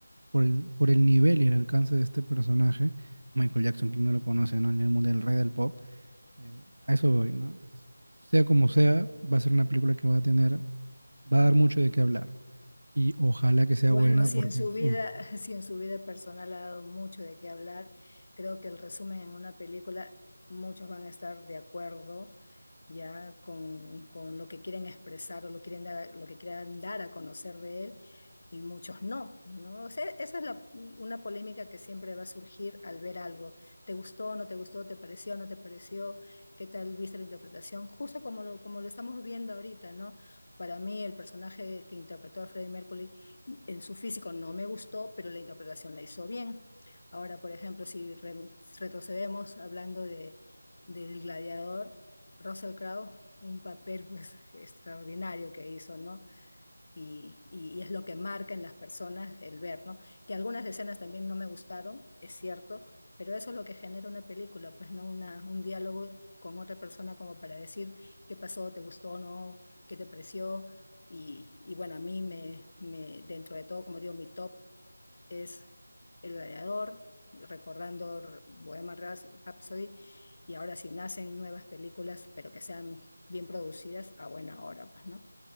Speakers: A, on the right; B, on the left.
A: por el, por el nivel y el alcance de este personaje, Michael Jackson, quien no lo conoce, ¿no? En el mundo del rey del pop, eh, a eso voy, ¿no? Es- sea como sea, va a ser una película que va a tener, va a dar mucho de qué hablar. Y ojalá que sea
B: Bueno,
A: buena
B: si
A: porque,
B: en su
A: fu,
B: vida, <laughs> si en su vida personal ha dado mucho de qué hablar, creo que el resumen en una película, muchos van a estar de acuerdo ya con, con lo que quieren expresar o lo, quieren dar, lo que quieran dar a conocer de él y muchos no, ¿no? O sea, esa es la- una polémica que siempre va a surgir al ver algo. ¿Te gustó, no te gustó, te pareció, no te pareció? ¿Qué tal viste la interpretación? Justo como lo, como lo estamos viendo ahorita, ¿no? Para mí el personaje que interpretó a Freddie Mercury en su físico no me gustó, pero la interpretación la hizo bien. Ahora, por ejemplo, si re- retrocedemos hablando de, del gladiador, Russell Crowe, un papel pues <laughs> extraordinario que hizo, ¿no? y, y, y es lo que marca en las personas el ver, ¿no? Que algunas escenas también no me gustaron, es cierto, pero eso es lo que genera una película, pues no una, un diálogo con otra persona como para decir qué pasó, te gustó o no, qué te pareció. Y, y bueno, a mí me, me, dentro de todo, como digo, mi top es El Gladiador, recordando Bohemian Rhapsody, y ahora si nacen nuevas películas, pero que sean bien producidas, a buena hora, pues, ¿no?